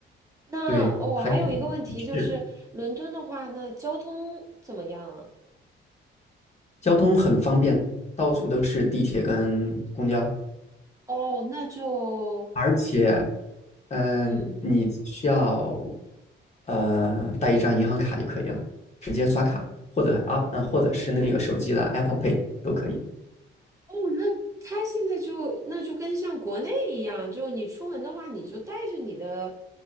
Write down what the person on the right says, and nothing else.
那我、
哦、还有一个问题就是，
伦敦的话，那交通怎么样啊？
哦，那就，
嗯，
哦，那他现在就那就跟像国内一样，就你出门的话，你就带着你的